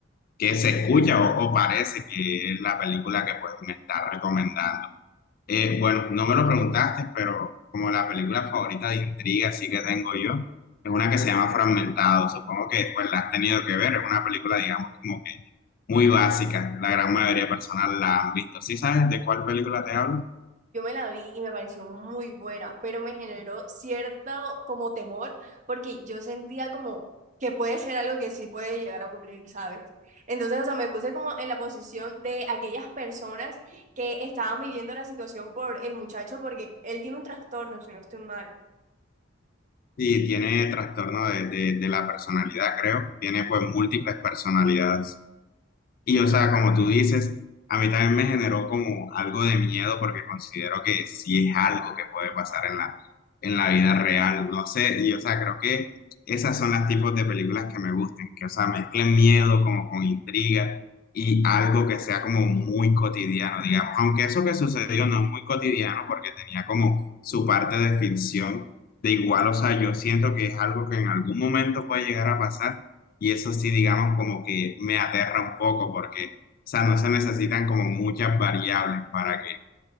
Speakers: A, on the left; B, on the right.
A: que se escucha o, o parece que es la película que pues me está recomendando. Eh, bueno, no me lo preguntaste, pero como la película favorita de intriga así que tengo yo, es una que se llama Fragmentado. Supongo que pues la has tenido que ver, es una película digamos como que muy básica, la gran mayoría de personas la han visto. ¿Sí sabes de cuál película te hablo?
B: Yo me la vi y me pareció muy buena, pero me generó cierto como temor porque yo sentía como que puede ser algo que sí puede llegar a ocurrir, ¿sabes? Entonces, o sea, me puse como en la posición de aquellas personas que estaban viviendo la situación por el muchacho porque él tiene un trastorno, si no estoy mal.
A: Sí, tiene trastorno de, de de la personalidad, creo. Tiene pues múltiples personalidades. Y o sea, como tú dices, a mí también me generó como algo de miedo porque considero que sí es algo que puede pasar en la, en la vida real. No sé, y o sea, creo que esas son las tipos de películas que me gustan, que o sea, mezclen miedo como con intriga y algo que sea como muy cotidiano, digamos. Aunque eso que sucedió no es muy cotidiano porque tenía como su parte de ficción. De igual, o sea, yo siento que es algo que en algún momento puede llegar a pasar y eso sí, digamos, como que me aterra un poco porque, o sea, no se necesitan como muchas variables para que